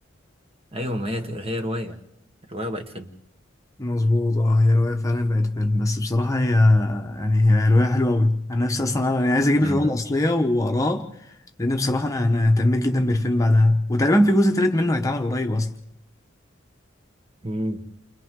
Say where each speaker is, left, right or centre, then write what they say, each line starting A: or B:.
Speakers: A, on the right; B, on the left.
A: ايوه ما هي هي رواية الرواية بقت فيلم
B: مظبوط اه هي رواية فعلا بقت فيلم بس بصراحة هي يعني هي رواية حلوة أوي أنا نفسي أصلا أنا عايز أجيب
A: جامدة
B: الرواية الأصلية وأقراها لأن بصراحة أنا أنا اهتميت جدا بالفيلم بعدها وتقريبا في جزء تالت منه هيتعمل قريب أصلا
A: مم.